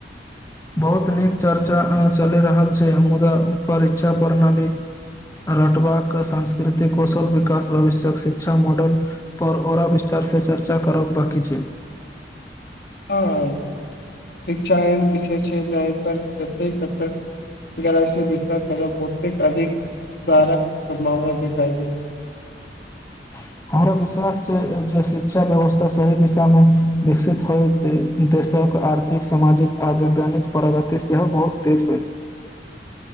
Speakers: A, on the left (about 15°); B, on the left (about 60°).
A: बहुत नीक चर्चा चलि रहल छै मुदा परीक्षा प्रणाली रटवा सांस्कृतिक कौशल विकास भविष्यक शिक्षा मॉडल पर औररा विस्तार से चर्चा करब बाकी छै
B: ह शिक्षा एहन विषय छै जहि पर जते कतक विस्त करब ओतेक अधिक सुधारक सम्भावना देखाई दे
A: <inaudible> हमरा विश्वास छै जे शिक्षा व्यवस्था सही दिशामे विकसित होइ देशक आ आथिक सामाजिक आ वैज्ञानिक प्रगति सेहो बहुत तेज होइत